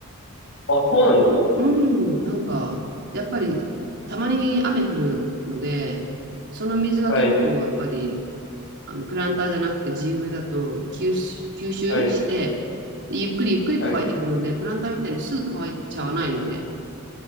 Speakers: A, on the left (about 60°); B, on the right (about 55°).
A: あ、そうなんですか
B: うん、なんか、やっぱり、たまに雨降るので、その水が結構、
A: はい、
B: やっぱり、あの、プランターじゃなくて地植えだと吸収、吸収して、
A: はい、
B: でゆっくりゆっくり乾いていくので、
A: はい。
B: プランターみたいにすぐ乾いちゃわないので、